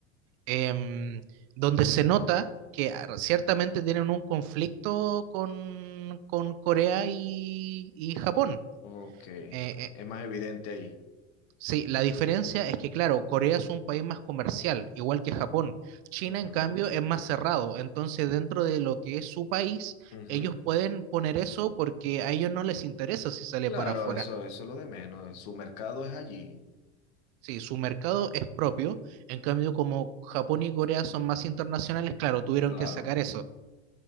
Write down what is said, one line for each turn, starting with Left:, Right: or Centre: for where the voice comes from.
Right: Em, donde se nota que ah, ciertamente tienen un conflicto con, con Corea y, y Japón.
Left: Ok,
Right: Eh, eh,
Left: es más evidente ahí.
Right: Sí, la diferencia es que, claro, Corea es un país más comercial, igual que Japón. China,
Left: Ujú,
Right: en cambio, es más cerrado. Entonces, dentro de lo que es su país,
Left: ujú.
Right: ellos pueden poner eso porque a ellos no les interesa si sale
Left: Claro,
Right: para afuera.
Left: eso, eso es lo de menos, su mercado es allí,
Right: Sí, su mercado es propio. En cambio, como Japón y Corea son más internacionales, claro, tuvieron
Left: claro.
Right: que sacar eso.